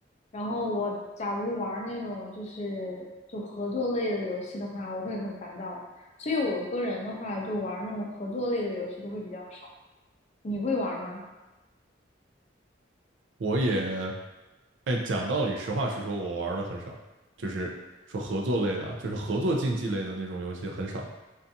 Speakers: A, on the left (about 35°); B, on the right (about 75°).
A: 然后我假如玩那种就是就合作类的游戏的话，我会很烦躁。所以我个人的话，就玩那种合作类的游戏都会比较少。你会玩吗？
B: 我也，哎，讲道理，实话实说，我玩的很少，就是说合作类的啊，就是合作竞技类的那种游戏很少。